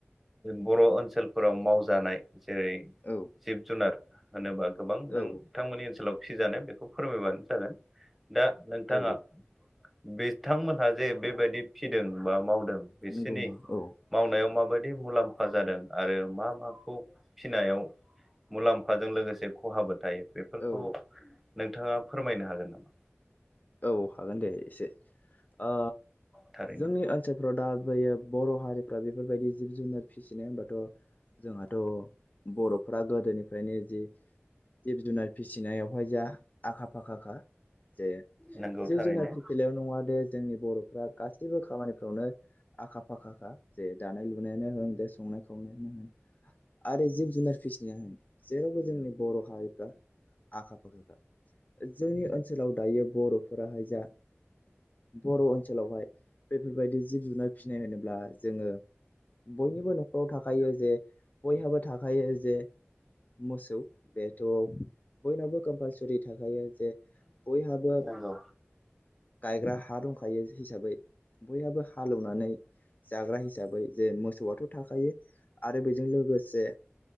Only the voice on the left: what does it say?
औ
औ
औ औ
नंगौ नंगौ औ
औ।
औ हागोन दे एसे। आ
जोंनि ओनसोलफ्राव दा बयो बर' हारिफ्रा बेफोरबायदि जिब- जुनार। फिसिनाय हबाथ' जोंहाथ' बर'फ्रा गोदोनिफ्रायनो जि। जिब- जुनार फिसिनायावहाय जा आखा फाखाखा जे।
जिब
- जुनार फिथलायाव नङा दे जोंनि बर'फ्रा गासैबो खामानिफ्रावनो आखा फाखा। जे दानाय- लुनायानो होन दे संनाय खावनायानो होन। आरो जिब - जुनार फिसिना होन जेरावबो जोंनि बर' हारिफ्रा। आखा- फाखा जोंनि ओनसोलाव। दायो बर'फोराहाय जा। बर' ओनसोलावहाय बेफोरबायदि जिब- जुनार फिसिनाय होनोब्ला जोङो। बयनिबो न'खराव थाखायो जे। बयहाबो थाखायो जे मोसौ बेथ' बयनावबो। कम्पालसरि थाखायो जे बयहाबो।
गायग्रा हा दंखायो हिसाबै बयहाबो हालौवनानै जाग्रा हिसाबै जे मोसौआथ' थाखायो आरो बेजों लोगोसे।